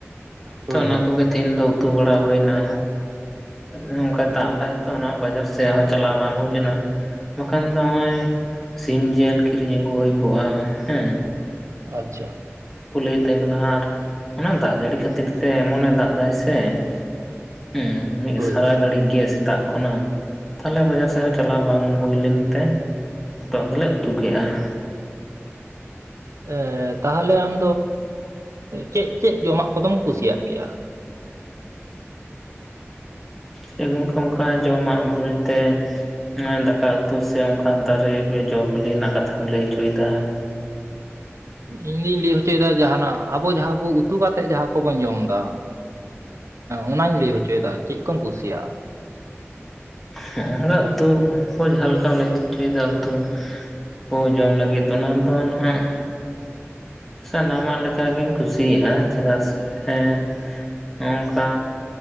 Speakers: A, on the right; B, in the centre.
A: ᱦᱳᱭ
B: ᱛᱚ ᱚᱱᱟ ᱠᱚᱜᱮ ᱛᱮᱦᱮᱧ ᱫᱚ ᱩᱛᱩ ᱵᱟᱲᱟ ᱦᱩᱭᱮᱱᱟ ᱱᱚᱝᱠᱟ ᱫᱟᱜ ᱫᱟᱭ ᱛᱚ ᱚᱱᱟ ᱵᱟᱡᱟᱨ ᱥᱮᱫ ᱦᱚᱸ ᱪᱟᱞᱟᱣ ᱵᱟᱝ ᱦᱩᱭ ᱞᱮᱱᱟ ᱵᱟᱠᱷᱟᱱ ᱫᱚ ᱱᱚᱜᱼᱚᱭ ᱥᱤᱢ ᱡᱤᱞ ᱠᱤᱨᱤᱧ ᱟᱹᱜᱩ ᱦᱩᱭ ᱠᱚᱜᱼᱟ ᱦᱮᱸ
A: ᱟᱪᱪᱷᱟ
B: ᱠᱚ ᱞᱟᱹᱭᱮᱫ ᱛᱟᱦᱮᱸ ᱠᱟᱱᱟ ᱟᱨ ᱚᱱᱟ ᱫᱟᱜ ᱡᱟᱹᱲᱤ ᱠᱷᱟᱹᱛᱤᱨ ᱛᱮ ᱮᱢᱚᱱᱮ ᱫᱟᱜ ᱮᱫᱟᱭ ᱥᱮ ᱼᱼ ᱦᱮᱸ ᱢᱤᱫ
A: ᱦᱳᱭ
B: ᱥᱟᱨᱟ ᱜᱷᱟᱹᱲᱤᱡ ᱜᱮ ᱥᱮᱛᱟᱜ ᱠᱷᱚᱱᱟᱜ ᱼᱼ ᱛᱟᱦᱟᱞᱮ ᱵᱟᱡᱟᱨ ᱥᱮᱫ ᱦᱚᱸ ᱪᱟᱞᱟᱣ ᱵᱟᱝ ᱦᱩᱭᱞᱮᱱᱛᱮ ᱦᱚᱛᱚᱜ ᱜᱮᱞᱮ ᱩᱛᱩ ᱠᱮᱜᱼᱟ। <inaudible>
A: ᱮᱻ ᱛᱟᱦᱚᱞᱮ ᱟᱢ ᱪᱮᱫ ᱪᱮᱫ ᱡᱚᱢᱟᱜ ᱠᱚᱫᱚᱢ ᱠᱩᱥᱤᱭᱟᱜ ᱜᱮᱭᱟ?
B: ᱥᱮ ᱜᱚᱢᱠᱮ ᱚᱱᱠᱟ ᱡᱚᱢᱟᱜ ᱵᱚᱞᱮᱛᱮ ᱼᱼ ᱱᱚᱜ ᱚᱭ ᱫᱟᱠᱟ ᱩᱛᱩ ᱥᱮ ᱚᱱᱠᱟᱱ ᱫᱟᱨᱮ ᱡᱚ ᱵᱤᱞᱤ ᱨᱮᱱᱟᱜ ᱠᱟᱛᱷᱟᱢ ᱞᱟᱹᱭ ᱚᱪᱚᱭᱮᱫᱟ? <inaudible>
A: ᱤᱧᱫᱩᱧ ᱞᱟᱹᱭ ᱦᱚᱪᱚᱭᱮᱫᱟ ᱡᱟᱦᱟᱸᱱᱟᱜ ᱟᱵᱚ ᱡᱟᱦᱟᱸᱵᱚ ᱩᱛᱩ ᱠᱟᱛᱮᱫ ᱡᱟᱦᱟᱸ ᱠᱚᱵᱚᱱ ᱡᱚᱢ ᱮᱫᱟ ᱚᱱᱟᱧ ᱞᱟᱹᱭ ᱦᱚᱪᱚᱭᱮᱫᱟ ᱪᱮᱫ ᱠᱚᱢ ᱠᱩᱥᱤᱭᱟᱜᱼᱟ
B: ᱦᱮᱸ ᱩᱛᱩ ᱠᱚ ᱡᱟᱦᱟᱸ ᱞᱮᱠᱟᱢ ᱞᱟᱹᱭ ᱦᱚ ᱚᱪᱚᱭᱮᱫᱟ ᱩᱛᱩ ᱠᱚ <unintelligible> ᱡᱚᱢ ᱞᱟᱹᱜᱤᱫ ᱚᱱᱟ ᱫᱚ ᱱᱷᱟᱜ ᱼᱼ ᱥᱟᱱᱟᱢᱟᱜ ᱞᱮᱠᱟ ᱜᱤᱧ ᱠᱩᱥᱤᱭᱟᱜᱼᱟ᱾ ᱪᱮᱫᱟᱜ ᱥᱮ ᱼᱼ ᱦᱚᱸᱝᱠᱟ